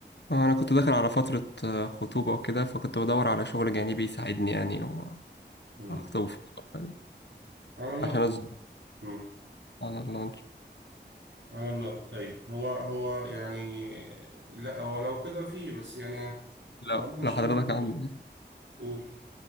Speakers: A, on the left (about 70°); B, on the right (about 85°).
A: آه، انا كنت داخل على فتره آه، خطوبه وكده فكنت بدور على شغل جانبي يساعدني يعني
B: امم
A: واخطب في الفتره دي
B: على الله
A: عشان اظبط
B: امم
A: على اللانش
B: على الله طيب هو هو يعني لا هو لو كده فيه بس يعني
A: لو
B: هو انا مش
A: لو حضرتك
B: فاهم برضه
A: عند
B: قول